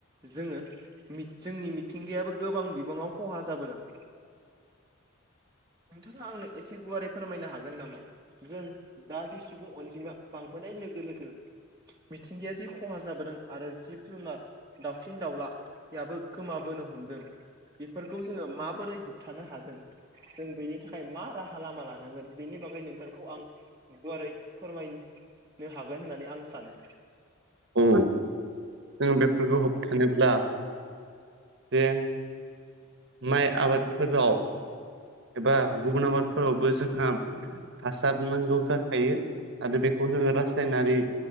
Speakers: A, on the right; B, on the right.
A: जोङो जोंनि मिथिंगायाबो गोबां बिबाङाव खहा जाबोदों
B: <inaudible>
A: नोंथाङा आंनो एसे गुवारै फोरमायनो हागोन नामा जों दा जि सुबुं अनजिमा बांबोनाय लोगो लोगो मिथिंगाया जि खहा जाबोदों आरो जिब जुनार दाउसिन दाउलाबो गोमाबोनो हमदों बेफोरखौ जोङो माबोरै होबथानो हागोन जों बेनि थाखाय मा राहा लामा लानांगोन बेनि बागै नोंथांखौ आं गुवारै फोरमायनो हागोन होननानै आं सानो
B: औ जों बेफोरखौ होबथानोब्ला जे माइ आबादफोराव एबा गुबुन आबादफोरावबो जोंहा हासार नांगौ जाखायो आरो बेखौ जोङो रासायनारि